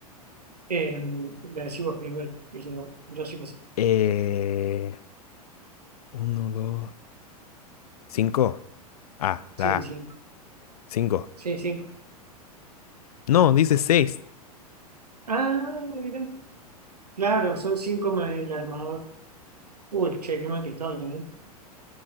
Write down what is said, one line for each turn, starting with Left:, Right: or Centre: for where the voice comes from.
Right: Eh, la decís vos primero. y Yo, yo sí lo sé.
Left: Eh, 1, 2, 5. A,
Right: Sí,
Left: la A.
Right: cinco.
Left: 5.
Right: Sí, cinco.
Left: No, dice seis
Right: Ah, mira. Claro, son cinco más el armador. Uy, che, qué mal que estoy, ¿eh?